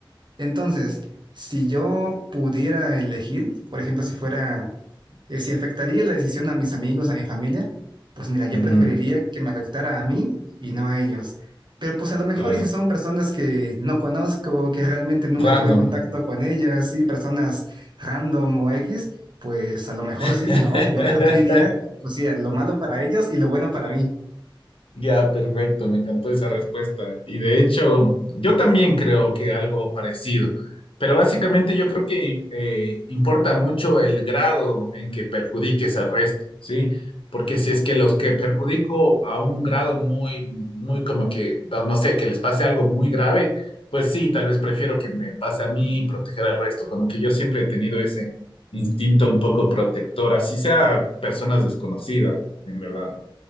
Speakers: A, on the right; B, on the left.
A: Entonces, si yo pudiera elegir, por ejemplo, si fuera, eh, si afectaría la decisión a mis amigos, a mi familia, pues mira, yo
B: ujú,
A: preferiría que me afectara a mí y no a ellos. Pero pues a lo mejor
B: claro.
A: y si son personas que no conozco, que realmente nunca
B: Random.
A: tuve contacto con ellas, sí, personas random o X, pues a lo mejor
B: <laughs>
A: sí, ¿no? Yo preferiría, pues sí, lo malo para ellos y lo bueno para mí.
B: Ya, perfecto, me encantó esa respuesta. Y de hecho, yo también creo que algo parecido, pero básicamente yo creo que eh, importa mucho el grado en que perjudiques al resto, ¿sí? Porque si es que los que perjudico a un grado muy, muy como que, no no sé, que les pase algo muy grave, pues sí, tal vez prefiero que me pase a mí y proteger al resto, como que yo siempre he tenido ese instinto un poco protector, así sea personas desconocidas, en verdad.